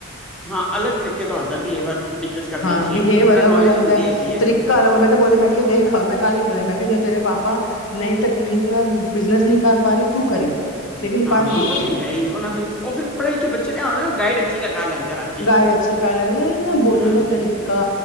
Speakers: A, in the centre; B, on the left.
A: ਹਾਂ ਅਲਗ ਤਰੀਕੇ ਦਾ ਆਉਂਦਾ ਬ ਬਿਨ ਕਰਨ
B: ਹਾਂ ਬਿਹੇਵ
A: ਉਹ
B: ਅਲੱਗ
A: ਨੌਲੇਜ
B: ਹੋ ਜਾਂਦਾ
A: ਹੁੰਦੀ ਹੈਗੀ ਹੈ।
B: ਤਰੀਕਾ ਅਲਗ ਮੈਂ ਤੇ ਬੋਲੀ ਮੈਂ ਕਿਹਾ ਦੇਖ ਮੈਂ ਕੱਲ ਹੀ ਬੋਲਿਆ ਮੈਂ ਕਿਹਾ ਜੋ ਤੇਰੇ ਪਾਪਾ ਨਹੀਂ ਤੇ ਤਕਨੀਕ ਨਾਲ ਬਿਜਨਸ ਨਹੀਂ ਕਰ ਪਾ ਰਹੇ ਤੂੰ ਕਰੀ। ਲੇਕਿਨ
A: ਹਾਂ
B: ਪੜ੍ਹ ਲਿਖ
A: ਉਹ
B: ਕੇ
A: ਤੇ ਹੈ ਹੀ ਉਹ ਫਿਰ ਉਹ ਫ ਪੜ੍ਹੇ ਲਿਖੇ ਬੱਚੇ ਨੇ ਆਉਂਦੇ ਗਾਈਡ ਅੱਛੀ ਦਾ ਕਰ ਲੈਂਦੇ। ਹਰ ਚੀਜ਼
B: ਗਾਈਡ ਅੱਛੇ ਕਰ ਲੈਂਦੇ ਨਾਲ ਬੋਲਣੇ
A: ਹਾਂ,
B: ਦਾ ਤਰੀਕਾ